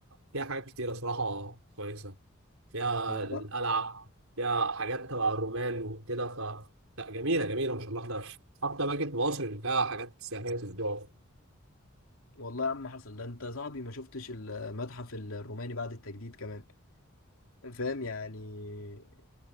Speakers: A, on the right; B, on the left.
A: فيها حاجات كتيرة صراحة كويسة فيها
B: والله
A: القلعة فيها حاجات تبع الرومان وكده ف لأ جميلة جميلة ما شاء الله ده أكتر أماكن في مصر اللي فيها حاجات سياحية في الدول
B: والله يا عم حصل ده انت يا صاحبي ما شفتش المتحف الروماني بعد التجديد كمان فاهم يعني